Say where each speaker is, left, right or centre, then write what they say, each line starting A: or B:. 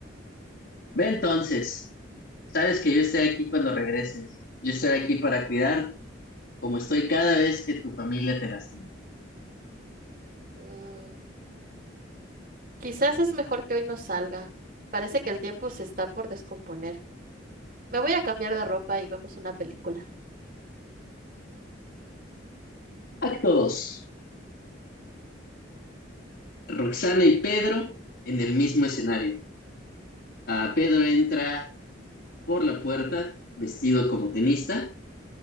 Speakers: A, on the left (about 60°); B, on the right (about 50°).
A: Ve entonces. Sabes que yo estaré aquí cuando regreses. Yo estaré aquí para cuidar, como estoy cada vez que tu familia te lastima.
B: Mm. Quizás es mejor que hoy no salga. Parece que el tiempo se está por descomponer. Me voy a cambiar de ropa y vemos una película.
A: Acto 2. Roxana y Pedro en el mismo escenario. Ah, Pedro entra por la puerta vestido como tenista.